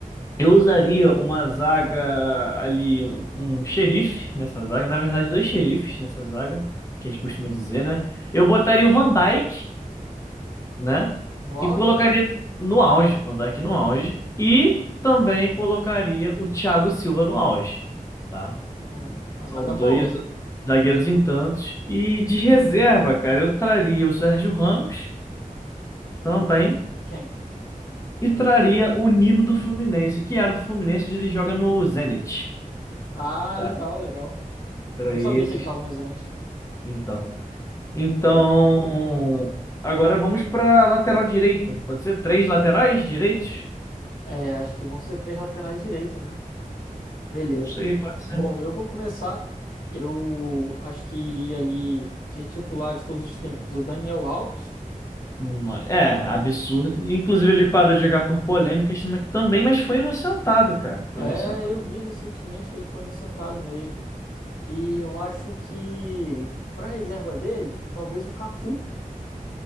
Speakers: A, on the left (about 20°); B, on the left (about 85°).
A: Eu usaria uma zaga ali, um, um xerife nessa zaga. Na verdade, dois xerifes nessa zaga, que a gente costuma dizer, né? Eu botaria o Van Dijk. né?
B: no auge?
A: E colocaria no auge, Van Dijk no auge. E também colocaria o Thiago Silva no auge, tá?
B: É, uma zaga
A: São
B: boa.
A: dois zagueiros em tantos. E de reserva, cara, eu traria o Sérgio Ramos
B: Hum.
A: também.
B: E quem?
A: E traria o Nino do Fluminense, que era do Fluminense, hoje ele joga no Zenit,
B: Ah,
A: tá?
B: legal, legal.
A: Traria
B: Não sabia
A: esses,
B: que ele tava no Zenit.
A: então. Então,
B: Show.
A: agora vamos para lateral direita. Pode ser três laterais direitos?
B: É, acho que vão ser três laterais direitos, né? Beleza.
A: Isso aí, pode ser.
B: Bom, eu vou começar. Eu acho que iria ali de titular de todos os tempos, o Daniel Alves.
A: Não, É, é, absurdo. Inclusive, ele parou de jogar por polêmicas mas também, mas foi inocentado, cara. Foi
B: É,
A: inocentado.
B: eu vi recentemente que ele foi inocentado mesmo. E eu acho que para reserva dele, talvez o Cafu,